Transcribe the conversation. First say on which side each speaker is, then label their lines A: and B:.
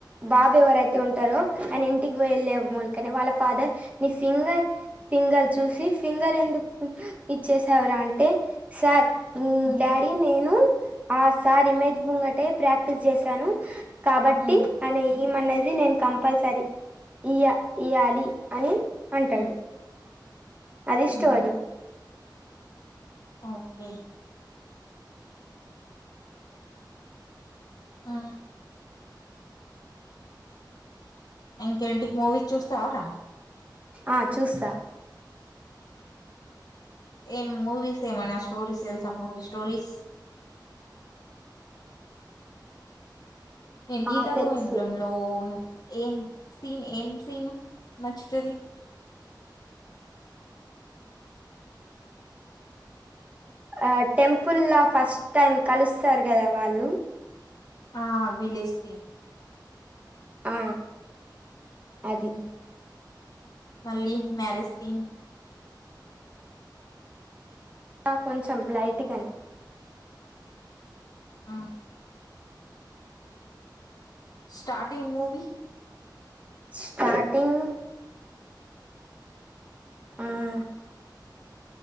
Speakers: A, on the right (about 20°); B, on the left (about 55°).
A: బాబు ఎవరైతే ఉంటారో అని ఇంటికి వెళ్ళ మూలకనే వాళ్ళ ఫాదర్ నీ ఫింగర్ ఫింగర్ చూసి ఫింగర్ ఎందుకు ఇచ్చేసావురా అంటే సార్
B: హ్మ్.
A: డాడీ నేను ఆ సార్ ఇమేజ్ బొంగటే ప్రాక్టీస్ చేశాను కాబట్టి
B: హ్మ్.
A: అనే ఈమ అన్నది నేను కంపల్సరీ ఇ ఇయ్యాలి అని అంటాడు
B: హ్మ్.
A: అది
B: హుహు.
A: స్టోరీ
B: ఓకే ఆ ఇంకేంటికి మూవీస్ చూస్తావరా
A: ఆ చూస్తా
B: ఏ మూవీస్ ఏ మనా స్టో సెల్స్ మూవీ స్టోరిస్ <inaudible> ఏమ్ గీతా
A: ఆ తెలుసు
B: గోవిందాం లో ఏం సీన్ ఏం సీను నచ్చుతది
A: ఆ టెంపుల్లా ఫస్ట్ టైం కలుస్తారు కదా వాళ్ళు
B: ఆ విలేజ్ ది
A: ఆ అది
B: ఉహు మళ్ళీ మ్యారజ్ థీమ్
A: కొంచెం లైట్గానే
B: ఉ స్టార్టింగ్ మూవీ
A: స్టార్టింగ్ ఉమ్